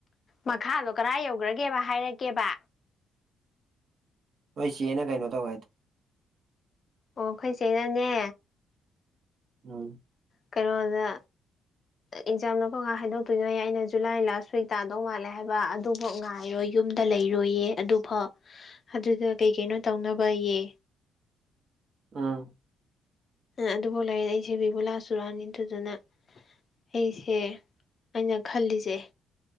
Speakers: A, on the left; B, on the right.
A: ꯃꯈꯥꯗꯣ ꯀꯔꯥꯏ ꯌꯧꯒꯔꯥꯒꯦꯕ ꯍꯥꯏꯔꯛꯀꯦꯕ
B: ꯅꯣꯏ ꯆꯦꯅ ꯀꯩꯅꯣ ꯇꯧꯋꯦ ꯍꯥꯏꯗꯣ
A: ꯑꯣ ꯑꯩꯈꯣꯏꯆꯦꯅꯅꯦ
B: ꯎꯝ
A: ꯀꯩꯅꯣꯗ ꯑꯦꯛꯖꯥꯝꯗꯣ ꯀꯝꯀꯥꯟꯗ ꯍꯥꯏꯗꯣꯛꯇꯣꯏꯅꯣꯌꯦ ꯑꯩꯅ ꯖꯨꯂꯥꯏ ꯂꯥꯁ ꯋꯤꯛ ꯇꯥꯗꯧ ꯃꯥꯜꯂꯦ ꯍꯥꯏꯕ ꯑꯗꯨ ꯑꯣ ꯉꯥꯏꯔꯣ ꯌꯨꯝꯗ ꯂꯩꯔꯣꯌꯦ ꯑꯗꯨꯐꯥꯎ ꯑꯗꯨꯗ ꯀꯩ ꯀꯩꯅꯣ ꯇꯧꯅꯕꯌꯦ
B: ꯎꯝ
A: ꯑꯗꯨꯕꯨ ꯂꯩꯔ ꯑꯩꯁꯦ ꯕꯤꯕꯨꯂꯥ ꯆꯨꯔꯥꯅꯤ ꯑꯗꯨꯗꯨꯅ ꯑꯩꯁꯦ ꯑꯩꯅ ꯈꯜꯂꯤꯁꯦ